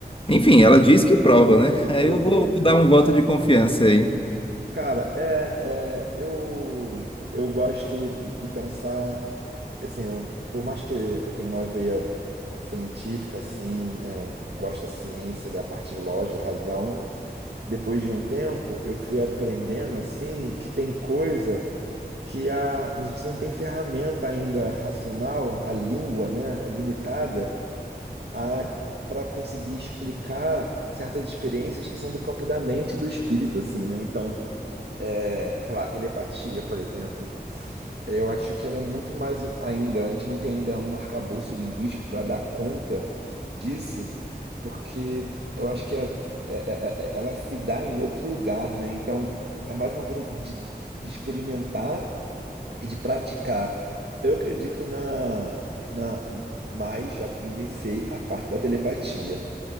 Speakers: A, on the left; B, on the right.
A: enfim, ela diz que prova, né? <laughs>
B: que
A: Aí
B: provou,
A: eu vou
B: né?
A: dar um voto de confiança aí.
B: Cara, é, é, eu, eu gosto de pensar, assim, eu- por mais que eu tenha uma veia científica, assim, é, gosto da ciência, da parte lógica, da razão, depois de um tempo eu fui aprendendo, assim, que tem coisa que a, a gente não tem ferramenta ainda racional, a língua, né, é limitada, a para conseguir explicar certas experiências que são do campo da mente e do espírito, assim, né? Então, é, sei lá, a telepatia, por exemplo, eu acho que ela é muito mais ainda, a gente não tem ainda um arcabouço linguístico para dar conta disso, porque eu acho que é- é- é- é- é, ela se dá em outro lugar, né? Então, é mais uma coisa de, de experimentar e de praticar. Eu acredito na, na, mas já vivenciei a parte da telepatia